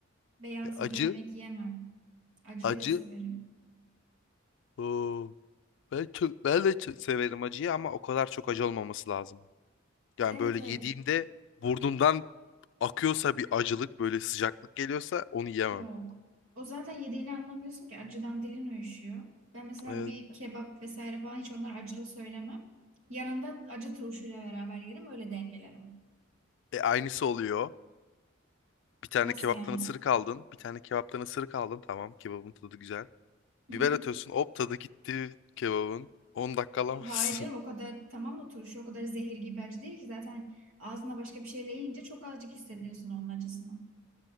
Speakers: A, on the right; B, on the left.
A: Beyaz
B: E, Acı.
A: bir yemek yemem. Acıyı
B: Acı.
A: da severim.
B: Oo. Ben çok, ben de çok severim acıyı ama o kadar çok acı olmaması lazım. Yani
A: Evet
B: böyle
A: evet
B: yediğimde burnumdan akıyorsa bir acılık böyle sıcaklık geliyorsa onu yemem.
A: yok. O zaten yediğini anlamıyorsun ki acıdan dilin uyuşuyor. Ben mesela
B: Evet.
A: bir kebap vesaire falan hiç onlar acılı söylemem. Yanında acı turşuyla beraber yerim öyle dengelerim.
B: E, aynısı oluyor. Bir tane
A: Nasıl
B: kebaptan
A: yani?
B: ısırık aldın. Bir tane kebaptan ısırık aldın. Tamam kebabın tadı güzel.
A: Hı
B: Biber
A: hı.
B: atıyorsun hop tadı gitti kebabın. 10 dakika
A: Hayır
B: alamazsın.
A: canım o kadar tamam da turşu o kadar zehir gibi acı değil ki zaten ağzına başka bir şeyle yiyince çok azıcık hissediyorsun onun acısını.